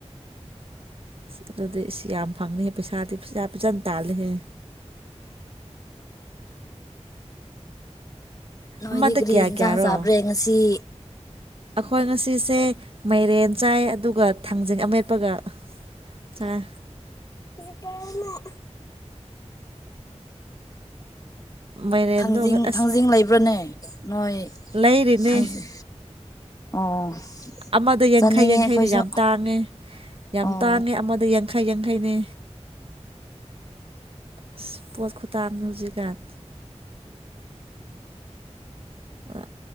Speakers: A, on the right; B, on the left.
A: ꯑꯁ ꯑꯗꯨꯗꯤ ꯏꯁ ꯌꯥꯝ ꯐꯪꯅꯤꯍꯦ ꯄꯩꯁꯥꯗꯤ ꯐꯖꯥ- ꯐꯖꯅ ꯇꯥꯜꯂꯍꯦ꯫
B: ꯅꯣꯏꯗꯤ
A: ꯑꯃꯗ
B: ꯀꯔꯤ
A: ꯀꯌꯥ
B: ꯌꯦꯟꯁꯥꯡ
A: ꯀꯌꯥꯔꯣ
B: ꯆꯥꯕ꯭ꯔꯦ ꯉꯁꯤ?
A: ꯑꯩꯈꯣꯏ ꯉꯁꯤꯁꯦ ꯃꯩꯔꯦꯟ ꯆꯥꯏ ꯑꯗꯨꯒ ꯊꯥꯡꯖꯤꯡ ꯑꯃꯦꯠꯄꯒ ꯆꯥꯏ꯫
B: <unintelligible>
A: ꯃꯥꯏꯔꯦꯟꯗꯣ
B: ꯊꯥꯡꯖꯤꯡ-ꯊꯥꯡꯖꯤꯡ
A: ꯑꯁ
B: ꯂꯩ꯫ ꯕ꯭ꯔꯅꯦ ꯅꯣꯏ
A: ꯂꯩꯔꯤꯅꯦ
B: ꯊꯝꯒꯦ ꯑꯣ
A: ꯑꯃꯗ ꯌꯥꯡꯈꯩ
B: ꯆꯥꯅꯤꯡꯉꯦ
A: ꯌꯥꯡꯈꯩꯅꯦ
B: ꯑꯩꯈꯣꯏꯁꯨ
A: ꯌꯥꯝ ꯇꯥꯡꯉꯦ ꯌꯥꯝ
B: ꯑꯣ
A: ꯇꯥꯡꯉꯦ ꯑꯃꯗ ꯌꯥꯡꯈꯩ ꯌꯥꯡꯈꯩꯅꯦ꯫ ꯎꯁ ꯄꯣꯠ ꯈꯨꯇꯥꯡꯃꯅꯤ ꯍꯧꯖꯤꯛꯀꯥꯟ꯫ ꯑ